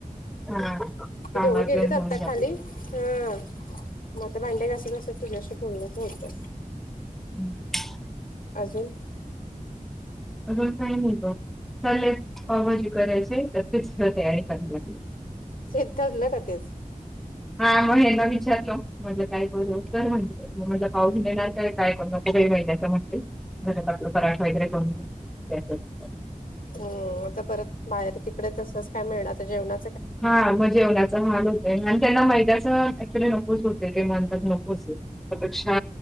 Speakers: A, in the centre; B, on the left.
A: हा कामात
B: कि दोघं गेलेच
A: पण
B: आता
A: होऊन जाते.
B: खाली. हा मता भांड्या घास घसत तुझ्याशी पूर्णच होत.
A: हम्.
B: अजून.
A: अजून काही नाही ग चालेल पावबाजी करायचे तर तेच तयारी कररावी लागली.
B: श ठरलं का तेच.
A: हा मग हेना विचारलो म्हटलं काय करू तर म्हण म्हट पाऊस देण्याच आहे काय करण नही महिन्याच म्हटले घरात आपलं पराठ वगैरे करून. <unintelligible>
B: हम् आता परत बाहेर तिकडे तच काय मिळेल आता जेवणा.
A: हा मग जेवणाच हा लोक. आणि त्यांना मैद्याचं ऍक्च्युली नकोच होते की म्हणतात नकोच. चछा